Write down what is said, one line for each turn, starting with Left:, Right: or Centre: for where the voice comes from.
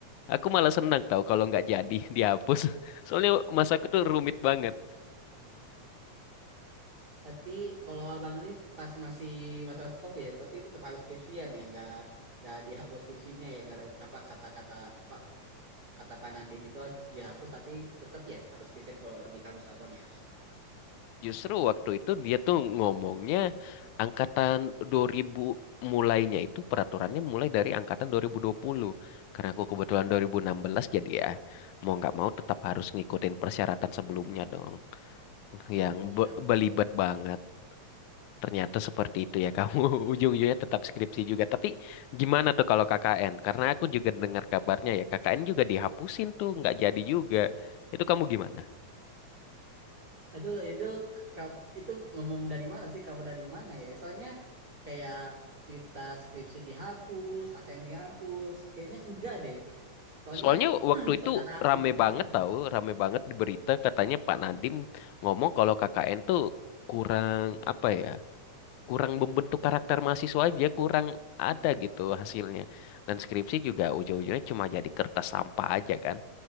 Left: aku malah senang tau kalau nggak jadi dihapus <laughs> soalnya masa aku tuh rumit banget
Right: Berarti kalau abang ini pas masih masa-masa COVID ya, berarti itu tetap harus skripsian ya, nggak nggak dihapus skripsinya ya, gara apa kata-kata apa kata Panadim itu harus dihapus tapi tetap ya harus skripsian kalau di kampus abang ya.
Left: Justru waktu itu dia tuh ngomongnya angkatan 2000 mulainya itu peraturannya mulai dari angkatan 2020. Karena aku kebetulan 2016 jadi ya mau nggak mau tetap harus ngikutin persyaratan sebelumnya dong.
Right: Hmm,
Left: Yang
Right: iya
Left: be-
Right: benar-benar.
Left: belibet banget. Ternyata seperti itu ya kamu <laughs> ujung-ujungnya tetap skripsi juga. Tapi gimana tuh kalau KKN? Karena aku juga dengar kabarnya ya KKN juga dihapusin tuh nggak jadi juga. Itu kamu gimana?
Right: Aduh itu ka- itu ngomong dari mana sih kabar dari mana ya? Soalnya kayak berita skripsi dihapus, AKN dihapus, kayaknya enggak deh. Soalnya
Left: Soalnya waktu
Right: <clears throat>
Left: itu
Right: saudara aku
Left: rame
Right: juga
Left: banget
Right: ada.
Left: tahu, rame banget di berita katanya Pak
Right: Hmm.
Left: Nadiem ngomong kalau KKN tuh kurang apa ya, kurang membentuk karakter mahasiswa aja, kurang ada
Right: <laughs>
Left: gitu hasilnya. Dan skripsi juga ujung-ujungnya cuma jadi kertas sampah aja kan.